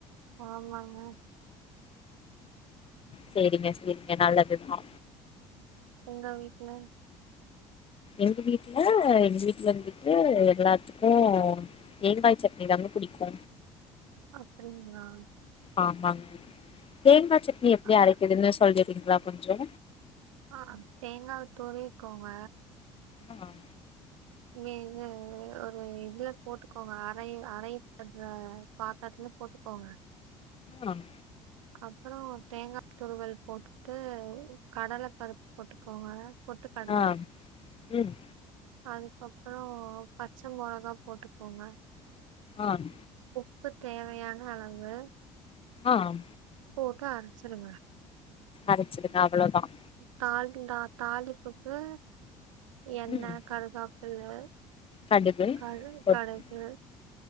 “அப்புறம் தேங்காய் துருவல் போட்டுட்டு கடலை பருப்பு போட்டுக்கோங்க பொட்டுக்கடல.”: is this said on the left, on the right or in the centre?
Right